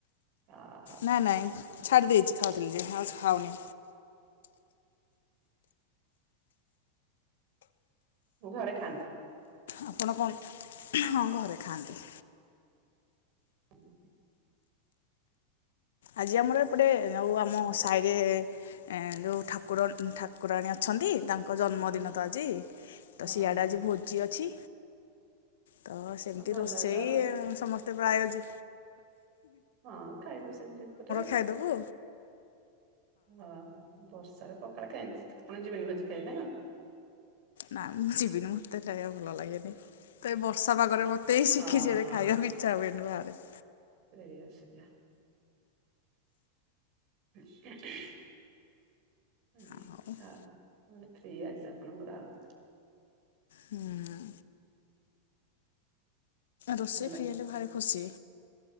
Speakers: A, on the right; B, on the left.
A: ଅହ
B: ନାଇଁ ନାଇଁ ଛାଡ଼ି ଦେଇଛି ଖାଉଥିଲି ଯେ ହଁ ଆଉ ଖାଉନି।
A: ମୋ ଘରେ ଖାଆନ୍ତି।
B: ଆପଣ କଣ ହଁ ଘରେ ଖାଆନ୍ତି।
A: <unintelligible>
B: ଆଜି ଆମର ଏପଟେ ଆଉ ଆମ ସାହିରେ ଏ ଯୋଉ ଠାକୁର ଠାକୁରାଣୀ ଅଛନ୍ତି ତାଙ୍କ ଜନ୍ମଦିନ
A: ହୁଁ
B: ତ ଆଜି ତ
A: ଓହୋ
B: ସିଆଡ଼େ ଆଜି ଭୋଜି ଅଛି। ତ ସେମିତି
A: ଆଉ ଭଲ
B: ରୋଷେଇ
A: ହେଲା ଆଉ
B: ସମସ୍ତେ ପ୍ରାୟୋଜି
A: ହଁ ଖାଇବ ସେମିତି ପରେ ଆଉ
B: ଖାଇଦବୁ
A: ହଁ। ବର୍ଷାରେ ପକାଳ ଆପଣ ଯିବେନି ଭୋଜି ଖାଇ ନା।
B: ନାଁ ମୁଁ ଜୀବିନି ମୋତେ <unintelligible> ଭଲ ଲାଗେନି। ତ ଏ ବର୍ଷା ପାଗରେ ମତେ ଶିଖିଛିବେ
A: ହଁ ହଁ
B: ଖାଇବାକୁ ଇଚ୍ଛା ହୁଏନି ବାହାରେ।
A: ସେଇଆ ସେଇଆ। <unintelligible> ହଁ ଦେଖିଆ
B: ଆଉ
A: ଆଉ ଫ୍ରୀ ଆଜି ଆପଣଙ୍କର ଆଉ।
B: ହୁଁ। ରୋଷେଇ
A: ହାଲୋ।
B: ଫ୍ରୀ ହେଲେ ଭାରି ଖୁସି।